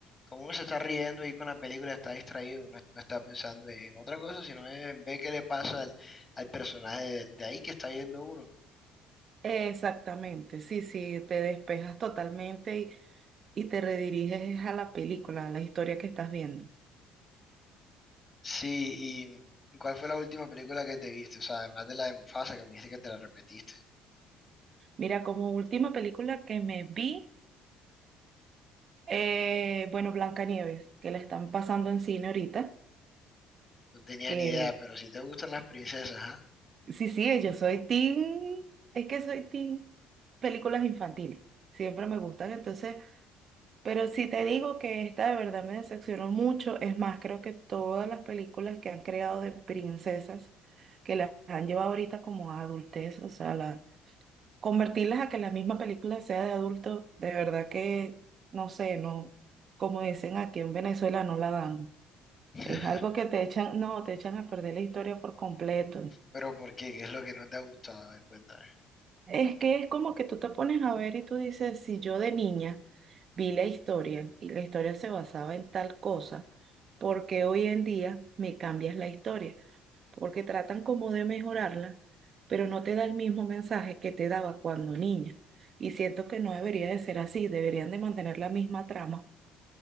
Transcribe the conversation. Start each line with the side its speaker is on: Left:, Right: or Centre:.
Left: como uno se está riendo ahí con la película, está distraído, no, no está pensando en otra cosa, sino en ver qué le pasa al, al personaje de, de ahí que está viendo uno.
Right: Exactamente, sí, sí, te despejas totalmente y, y te rediriges a la película, a la historia que estás viendo.
Left: Sí, ¿y cuál fue la última película que te viste? O sea, además de la de Mufasa, que me dijiste que te la repetiste.
Right: Mira, como última película que me vi, Eh, bueno, Blancanieves, que la están pasando en cine ahorita,
Left: No tenía
Right: que
Left: ni idea, pero si te gustan las princesas, ¿ah?
Right: sí, sí, yo soy teen, es que soy teen películas infantiles, siempre me gustan, entonces, pero si te digo que esta de verdad me decepcionó mucho, es más, creo que todas las películas que han creado de princesas, que las han llevado ahorita como a adultez, o sea, la- convertirlas a que la misma película sea de adulto, de verdad que, no sé, no, como dicen aquí en Venezuela, no la dan.
Left: <laughs>
Right: Es algo que te echan, no, te echan a perder la historia por completo.
Left: Pero ¿por qué? ¿Qué es lo que no te ha gustado? A ver, cuéntame.
Right: Es que es como que tú te pones a ver y tú dices, si yo de niña vi la historia y la historia se basaba en tal cosa, ¿por qué hoy en día me cambias la historia? Porque tratan como de mejorarla, pero no te da el mismo mensaje que te daba cuando niña. Y siento que no debería de ser así, deberían de mantener la misma trama.